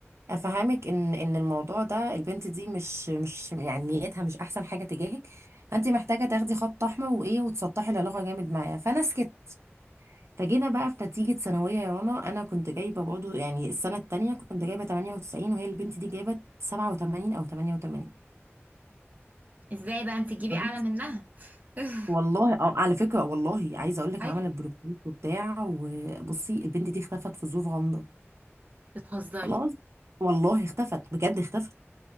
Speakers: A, on the right; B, on the right.
A: افهمك ان ان الموضوع ده البنت دي مش مش يعني نيتها مش احسن حاجه تجاهك فانت محتاجه تاخدي خط احمر وايه وتسطحي العلاقه جامد معاها فانا سكت فجينا بقى في نتيجة ثانوية يا رنا أنا كنت جايبة برضه يعني السنة التانية كنت جايبة 98 وهي البنت دي جايبة 87 أو 88
B: ازاي بقى انت تجيبي
A: خلاص
B: اعلى منها <laughs>
A: والله اه على فكرة والله عايزة أقول لك
B: ايوه
A: عملت بلوكات وبتاع وبصي البنت دي اختفت في ظروف غامضة
B: بتهزري
A: خلاص والله اختفت بجد اختفت